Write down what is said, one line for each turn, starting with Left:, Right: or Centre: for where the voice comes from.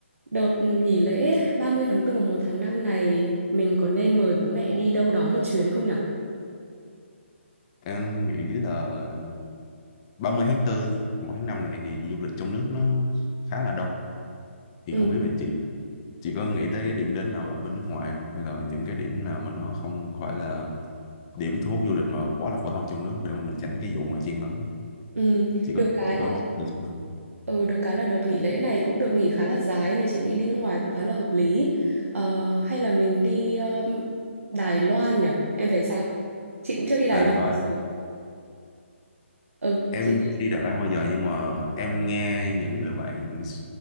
Right: Đợt nghỉ lễ 30 tháng 4 và 1 tháng 5 này mình có nên mời bố mẹ đi đâu đó một chuyến không nhở?
Left: Em nghĩ là 30 tháng tư, một tháng 5 này thì du lịch trong nước nó khá là đông. Thì
Right: Ừ,
Left: không biết là chị chị có nghĩ tới cái điểm đến nào ở bên nước ngoài không? Hay là những cái điểm nào mà nó không phải là điểm thu hút du lịch mà quá là phổ thông trong nước để mà mình tránh cái vụ mà chen lấn.
Right: ừ,
Left: Chị
Right: được
Left: có
Right: cái
Left: chị
Right: là
Left: có được không?
Right: ừ, được cái là đợt nghỉ lễ này cũng được nghỉ khá là dài nên chị nghĩ đi nước ngoài cũng khá là hợp lý. Ờ, hay là mình đi um, Đài Loan nhở? Em thấy sao? Chị cũng chưa đi Đài
Left: Đài
Right: Loan
Left: Loan.
Right: bao giờ. Ừ,
Left: em
Right: chị thấy.
Left: chưa đi Đà Lạt bao giờ nhưng mà em nghe những người bạn